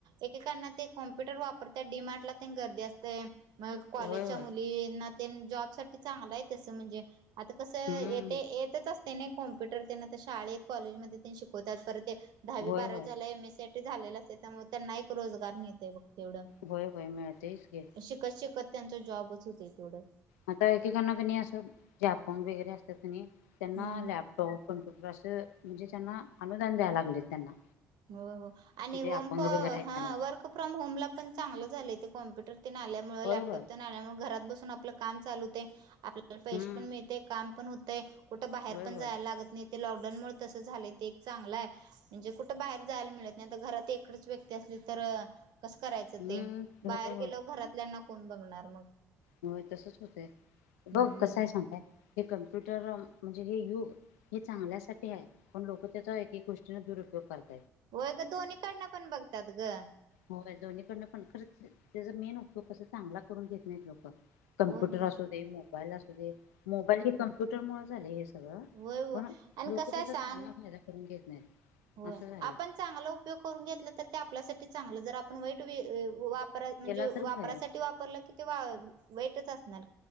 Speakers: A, on the right; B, on the left.
A: एकेकांना ते कॉम्प्युटर वापरत्यात डीमार्ट ला तेन गर्दी असतंय मग कॉलेजच्या
B: होय होय
A: मुलींना तेन जॉब साठी चांगलं आहे तसं म्हणजे आता कसं
B: हम्म
A: येत येतच असते नाही कॉम्प्युटर तेन आता शाळेत कॉलेजमध्ये तेन शिकवत्यात परत दहावी
B: होय
A: बारावी
B: होय
A: झालंय एमएससीआयटी साठी झालेलं असतय त्यामुळं त्यांना एक रोजगार मिळतय बघ तेवढं
B: होय होय मिळतयच की
A: शिकत शिकत त्यांचा जॉबच होतय तेवढं
B: आता एकेकांना कणी असं जे अपंग वगैरे असतात कणी त्यांना
A: हम्म
B: लॅपटॉप कम्प्युटर असं म्हणजे ज्यांना अनुदान द्यायला लागलेत त्यांना
A: हो हो आणि
B: जे
A: होम
B: अपंग वगैरे आहेत
A: ह
B: त्यांना
A: वर्क फ्रॉम होम ला पण चांगलं झालंय ते कॉम्प्युटर आल्यामुळे
B: होय
A: लॅपटॉप
B: होय
A: तेन आल्यामुळे घरात बसून आपलं काम चालू होतंय आपल्याला पैसे
B: हम्म
A: पण मिळतय काम पण हुतंय कुठं बाहेर
B: होय
A: पण
B: होय
A: जायला लागत नाहीत ते लॉकडाऊनमुळे तस झालंय ते एक चांगलाय म्हणजे कुठ बाहेर जायला मिळत नाही आता घरात एकडच व्यक्ती असली तर कसं करायचं
B: हम्म
A: ते बाहेर
B: होय
A: गेलो घरातल्यांना कोण बघणार मग.
B: हो तसच होतंय
A: हम्म
B: बघ कसय सांगताय. हे कम्प्युटर म्हणजे हे युग हे चांगल्यासाठी आहे पण लोक त्याचा एक एक गोष्टी न दुरुपयोग करतात.
A: होय ग दोन्ही कडनं पण बघतात ग.
B: होय दोन्हीकडनं पण खरं त्याचा मेन उपयोग कस चांगला करून घेत नाहीत लोक. कम्प्युटर
A: होय होय
B: असू दे मोबाईल असू दे मोबाईल नी कम्प्युटरमुळे झाले हे सगळं
A: होय होय
B: पण
A: आणि
B: लोक
A: कसंय
B: त्याचा चांगला
A: सांग
B: फायदा करून घेत नाहीत
A: हो
B: असं झालंय
A: आपण चांगला उपयोग करून घेतलं तर ते आपल्यासाठी चांगलं जर आपण वाईट वे अ वा परात म्हणजे
B: त्याला तर
A: वापरासाठी
B: होय
A: वापरलं कि ते वा वाईटच असणार.